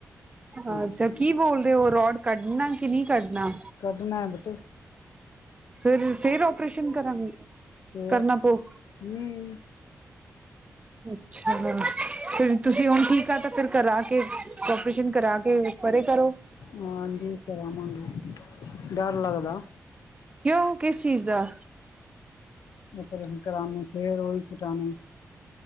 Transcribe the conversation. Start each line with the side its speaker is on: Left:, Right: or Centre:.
Right: ਅੱਛਾ,
Left: ਹਾਂ
Right: ਕੀ ਬੋਲ ਰਹੇ ਉਹ ਰੋਡ ਕੱਢਣਾ ਕਿ ਨਹੀਂ ਕੱਢਣਾ?
Left: ਕੱਢਣਾ ਬੈਟ।
Right: ਫਿਰ-ਫਿਰ ਔਹ ਓਪਰੇਸ਼ਨ ਕਰਾਂਗੇ।
Left: ਤੇ
Right: ਕਰਨਾ ਪਉ।
Left: ਨਹੀਂ
Right: ਅੱਛਾ ਫਿਰ ਤੁਸੀਂ ਹੁਣ ਠੀਕ ਆ, ਤਾਂ ਫਿਰ ਕਰਾ ਕੇ ਓਪਰੇਸ਼ਨ ਕਰਾ ਕੇ ਪਰੇ ਕਰੋ।
Left: ਹਾਂਜੀ ਕਰਵਾਂਗੇ ਡਰ ਲੱਗਦਾ।
Right: ਕਿਉਂ, ਕਿਸ ਚੀਜ਼ ਦਾ।
Left: ੳਪਰੇਸ਼ਨ ਕਰਨ ਨੂੰ, ਫਿਰ ਉਹ ਹੀ ਕਟਾਣੀ।